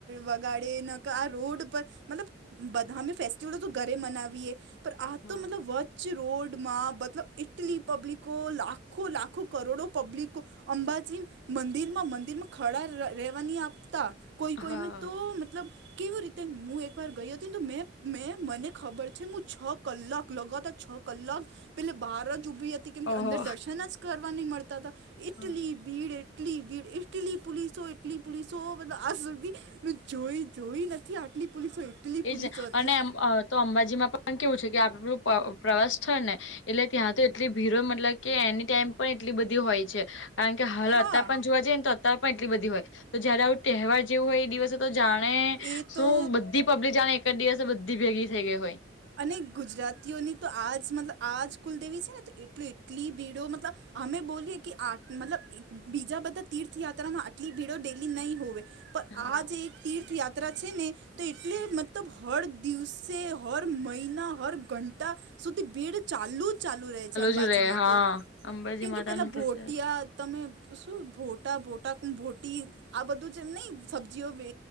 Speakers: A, on the right; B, on the left.
A: વગાડે. આ રોડ પર મતલબ બધામે ફેસ્ટિવલો તો ઘરે મનાવીએ. પણ આ
B: હા
A: તો મતલબ વચ રોડ માં મતલબ ઇટલી પબ્લિકો લાખો લાખો કરોડો પબ્લિકો અંબાજી મંદિર માં મંદિર માં ખડા રહેેવાની આપતા. કોઈ કોઈ
B: હા
A: ને તો મતલબ કેવી રીતે તે હું એકવાર ગઈ હતી ને તો મેં મેં મને ખબર છે. હું છ કલાક લગાતાર છ કલાક પેલે બહાર જ ઊભી હતી. કેમ કે
B: ઓહો
A: અંદર દર્શન જ કરવા નહી મળતા હતા- ઇટલી
B: હા
A: ભીડ ઇટલી ભીડ, ઇટલી પોલીસો ઇટલી પોલીસો બધ એું જોઈ જોઈ નથી. આટલી પોલીસો એટલી
B: એજ
A: પોલીસો હતી.
B: અને એમ તો અંબાજીમાં પણ કેવું છે કે આપલું પ્રવાસ થાય ને એટલે ત્યાં તો એટલી ભીરો મતલબ કે એની ટાઈમ પણ એટલી બધી હોય છે. કારણ કે હાલ
A: હા
B: અત્યારેાર પણ જો જઈએને તો. પણ એટલી બધી હોય તો જયારે આવું તહેવાર જેવું હોય એ દિવસે તો જાણે.
A: એ તો
B: શું બધી પબ્લિક જાણે એક જ દિવસે બધી ભેગી થઈ ગઈ હોય.
A: અને ગુજરાતીઓની તો આજ મતલબ આજ કુલદેવી છે. ને તો એટલી એટલી ભીડો મતલબ અમે બોલીએ કે આ મતલબ બીજા બધા તીર્થયાત્રામાં આટલી ભીડો ડેલી નહીં હોવે. પણ
B: હા
A: આ જે તીર્થયાત્રા છે ને તો એટલે મતલબ હર દિવસે હર- મહિના હર ઘંટા સુધી ભીડ ચાલુ જ ચાલુ રહે છે અંબાજીમાં
B: જ રે હા
A: તો.
B: અંબાજી
A: કેમ
B: માતા
A: કે પેલા
B: નું
A: ભોટિયા
B: તો છે
A: તમે શું ભોટા ભોટા ભોટી આ બધું જ એમ ન સબ્જીઓ વે